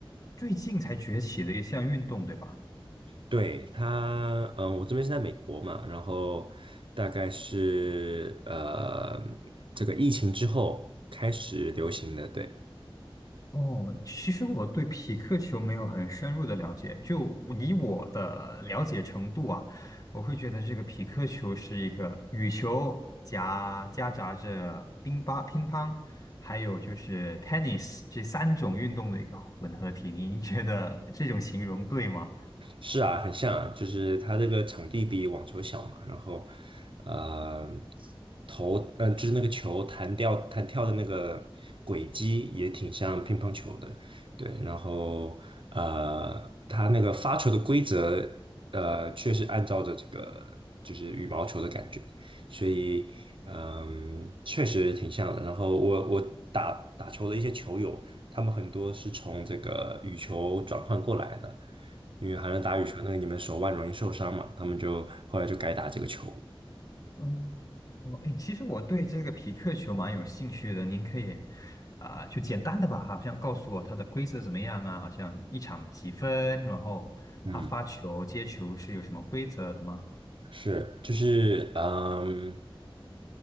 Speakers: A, on the left (about 40°); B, on the right (about 60°).
A: 最近才崛起的一项运动，对吧？
B: 对，它，嗯，我这边是在美国嘛，然后大概是呃，这个疫情之后开始流行的，对。
A: 哦，其实我对匹克球没有很深入的了解，就以我的了解程度啊，我会觉得这个匹克球是一个羽球夹夹杂着乒乓、乒乓，还有就是 tennis 这三种运动的一个混合体。您觉得这种形容对吗？
B: 是啊，很像啊，就是它这个场地比网球小嘛，然后，呃，投，嗯、呃就是那个球弹掉、弹跳的那个轨迹也挺像乒乓球的，对，然后，呃，它那个发球的规则，呃，确实按照着这个就是羽毛球的感觉，所以，嗯、确实挺像的。然后我我打打球的一些球友，他们很多是从这个羽球转换过来的。因为好像打羽球那个你们手腕容易受伤嘛，他们就后来就改打这个球。
A: 嗯。哦，哎，其实我对这个匹克球蛮有兴趣的，您可以啊、就简单的吧，好像告诉我它的规则怎么样啊？好像一场几分，然后他发球、
B: 嗯
A: 接球是有什么规则的吗？
B: 是，就是嗯，